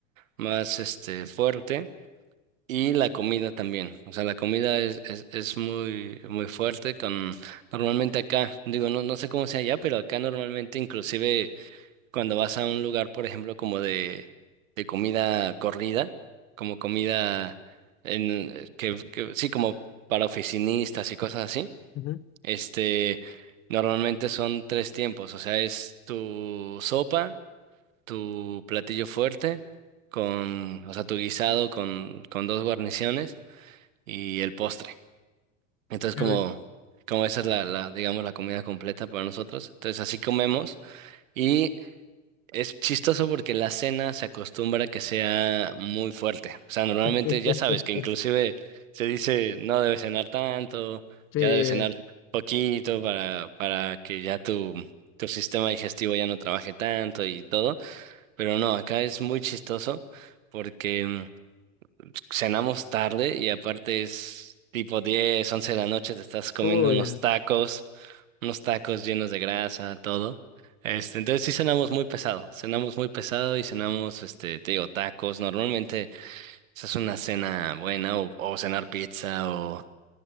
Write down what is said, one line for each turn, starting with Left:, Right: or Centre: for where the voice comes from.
Right: más este fuerte y la comida también. O sea, la comida es es, es muy muy fuerte con normalmente acá, digo, no no sé cómo sea allá, pero acá normalmente inclusive cuando vas a un lugar, por ejemplo, como de de comida corrida, como comida en que, que sí como para oficinistas y cosas así
Left: Ujú.
Right: este, normalmente son tres tiempos, o sea, es tu sopa, tu platillo fuerte, con, o sea, tu guisado con, con dos guarniciones y el postre. Entonces,
Left: Qué
Right: como,
Left: rico.
Right: como esa es la, la, digamos, la comida completa para nosotros. Entonces, así comemos y es chistoso porque la cena se acostumbra que sea muy fuerte. O sea, normalmente
Left: <laughs>
Right: ya sabes que inclusive se dice no debes cenar tanto,
Left: Sí.
Right: ya debes cenar poquito para, para que ya tu, tu sistema digestivo ya no trabaje tanto y todo. Pero no, acá es muy chistoso porque mm, cenamos tarde y aparte es tipo 10 11 de la noche, te estás comiendo
Left: Uy,
Right: unos tacos, unos tacos llenos de grasa, todo. Este, entonces sí cenamos muy pesado, cenamos muy pesado y cenamos, este, te digo, tacos. Normalmente esa es una cena buena o, o cenar pizza o,